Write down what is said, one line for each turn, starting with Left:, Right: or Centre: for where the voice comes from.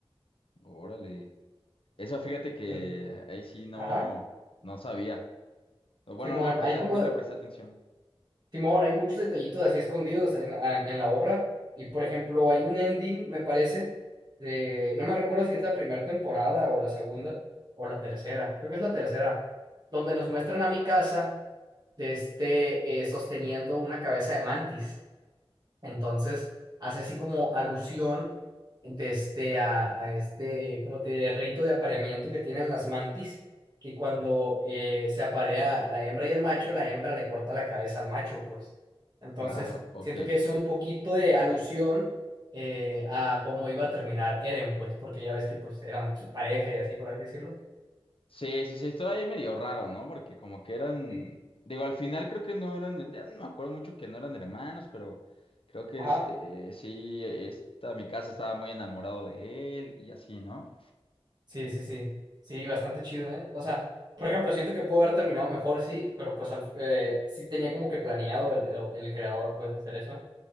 Left: órale. Eso fíjate que
Right: En-
Left: ahí sí no,
Right: ajá,
Left: no sabía. O Bueno,
Right: Simón,
Left: no le presté,
Right: hay como,
Left: no le presté atención.
Right: Simón, hay muchos detallitos así escondidos en, en- en la obra. Y por ejemplo, hay un ending, me parece, de. No me recuerdo si es la primera temporada o la segunda o la tercera. Creo que es la tercera. Donde nos muestran a mi casa de este, eh, sosteniendo una cabeza de mantis. Entonces, hace así como alusión de este, a, a este, como te diré, rito de apareamiento que tienen las mantis, que cuando eh, se aparea la hembra y el macho, la hembra le corta la cabeza al macho, pues. Entonces,
Left: Claro, ok.
Right: siento que es un poquito de alusión eh, a cómo iba a terminar Eren, pues, porque ya ves que pues eran su pareja y así, por así decirlo.
Left: Sí, sí, sí, esto ahí medio raro, ¿no? Porque como que eran,
Right: Sí.
Left: digo, al final creo que no eran, ya no me acuerdo mucho que no eran hermanos, pero creo que
Right: Ajá.
Left: este, sí, esta, mi casa estaba muy enamorado de él y así, ¿no?
Right: Sí, sí, sí. Sí, bastante chido, ¿eh? O sea, por ejemplo, siento que pudo haber terminado mejor, sí, pero pues al- eh, sí tenía como que planeado el, el, el creador, pues, hacer eso.